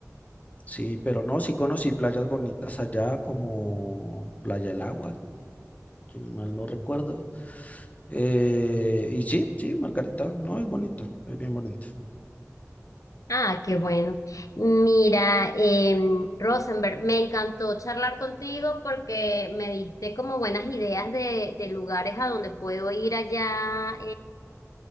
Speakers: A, on the left (about 30°); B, on the left (about 85°).
A: sí, pero no, sí conocí playas bonitas allá como Playa del Agua, si no mal no recuerdo. Eh, y sí, sí, Margarita, no, es bonito, es bien bonito.
B: Ah, qué bueno. Mira, em, Rosenberg, me encantó charlar contigo porque me diste como buenas ideas de, de lugares a donde puedo ir allá